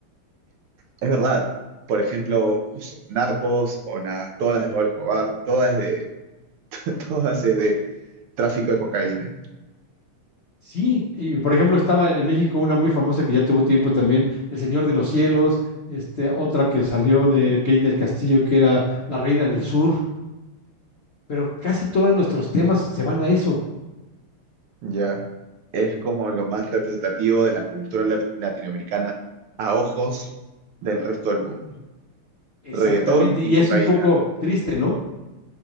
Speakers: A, on the right (about 90°); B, on the left (about 65°).
A: Es verdad. Por ejemplo, justo Narcos o la- todas las de Pablo Escobar, todas es de, <laughs> todas es de tráfico de cocaína.
B: Sí, y por ejemplo estaba en México una muy famosa que ya tuvo tiempo también, El Señor de los Cielos, este, otra que salió de Kate del Castillo, que era La Reina del Sur, pero casi todos nuestros temas se van a eso,
A: Ya. Es como lo más representativo de la cultura la- latinoamericana a ojos del resto del mundo.
B: exactamente,
A: Reggaetón y
B: y
A: cocaína.
B: es un poco triste, ¿no?